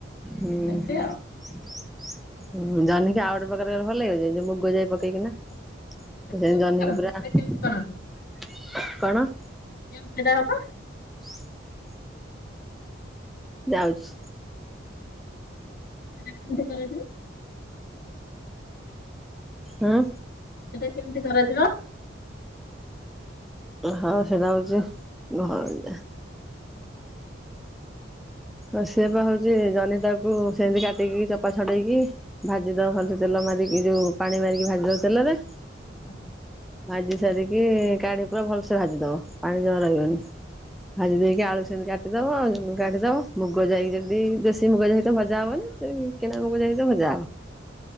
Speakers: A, in the centre; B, on the left.
A: ହୁଁ।
B: ଏମିତି ଆଉ।
A: ହୁଁ ଜହ୍ନି କି ଆଉ ଗୋଟେ ପ୍ରକାରେ କଲେ ଭଲ ଲାଗିବ ଯେ ଯୋଉ ମୁଗ ଯାଇ ପକେଇକିନା। ସେ
B: ଆଚ୍ଛା
A: ସେମି
B: ସେମିତି
A: ଜହ୍ନିକି
B: କରନ୍ତି
A: ପୁରା
B: ସେଟା କେମିତି କରନ୍ତି
A: କଣ
B: କେମତି ସେଟା ହବ।
A: <inaudible> ଯାଉଚି।
B: ସେଟା କେମିତି କରାଯାଏ।
A: ହଁ।
B: ସେଟା କେମିତି କରାଯିବ।
A: ହ ସେଟା ହଉଛି ଘଁ <inaudible> ହ ସିଏ ବା ହଉଛି ଜହ୍ନି ଟାକୁ ସେମିତି କାଟିକି ଚୋପା ଛଡେଇକି ଭାଜି ଦବ ଭଲସେ ତେଲ ମାରିକି ଯୋଉ ପାଣି ମାରିକି ଭାଜି ଦବ ତେଲରେ।
B: <inaudible>
A: ଭାଜି ସାରିକି କାଢି ପୁରା ଭଲସେ ଭାଜି ଦବ ପାଣି ଜମା ରହିବନି। ଭାଜି ଦେଇକ ଆଳୁ ସେମତି କାଟିଦବ ଆଉ କାଢିଦବ ମୁଗ ଯାଇକି ଯଦି ଦେଶୀ ମୁଗ ଯାଇ ତ ଭଜା ହବନି ସେଇ କିଣା ମୁଗଯାଇ ହେଥିବ ଭଜାହବ।